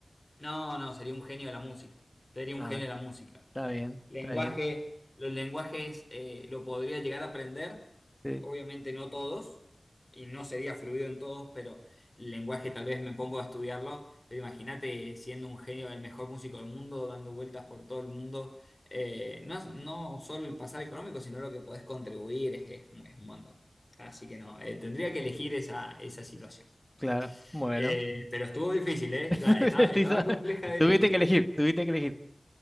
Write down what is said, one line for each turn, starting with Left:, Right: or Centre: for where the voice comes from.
Left: No, no, sería un genio de la música. Sería un
Centre: A
Left: genio
Centre: ver,
Left: de la música.
Centre: está bien,
Left: Lenguaje,
Centre: está bien.
Left: los lenguajes eh, lo podría llegar a aprender,
Centre: Sí,
Left: obviamente no todos, y no sería fluido en todos, pero el lenguaje tal vez me pongo a estudiarlo, pero imagínate siendo un genio, el mejor músico del mundo, dando vueltas por todo el mundo, eh, no, no solo el pasar económico, sino lo que podés contribuir es, es un es un montón. Así que no, eh, tendría que elegir esa, esa situación.
Centre: claro. Bueno.
Left: Eh, pero estuvo difícil, ¿eh? Está-
Centre: <laughs>
Left: está-
Centre: Te
Left: estaba
Centre: hizo-
Left: compleja de
Centre: Tuviste
Left: elegir.
Centre: que elegir, tuviste que elegir.